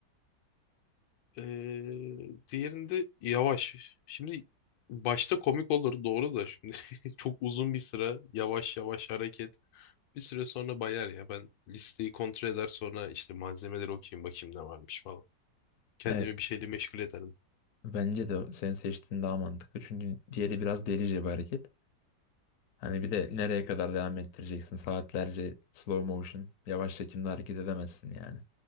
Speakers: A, on the left; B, on the left.
A: Ee, diğerinde yavaş. Şimdi başta komik olur doğru da şimdi <laughs> çok uzun bir sıra yavaş yavaş hareket. Bir süre sonra bayar ya. Ben listeyi kontrol eder sonra işte malzemeleri okuyayım bakayım ne varmış falan. Kendimi
B: Evet.
A: bir şeyle meşgul ederdim.
B: Bence de senin seçtiğin daha mantıklı. Çünkü diğeri biraz delice bir hareket. Hani bir de nereye kadar devam ettireceksin? Saatlerce slow motion, yavaş çekimde hareket edemezsin yani.